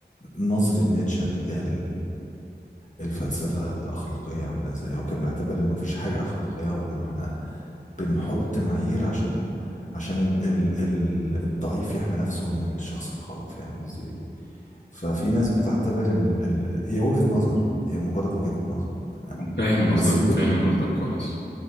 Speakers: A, on the left; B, on the left.
A: نظره نيتشه تجاه الفلسفة الأخلاقية عاملة إزاي هو كان بيعتبر إنه مفيش حاجة أخلاقية وإن إحنا بنحط معايير عشان عشان ال ال ال الضعيف يحمي نفسه من الشخص القوي فاهم قصدي إيه؟ ففي ناس بتعتبر إن ال ال هي وجهة نظر هي مجرد وجهة نظر تمام
B: فاهم قصدك
A: بس وجهة
B: فاهم قصدك كويس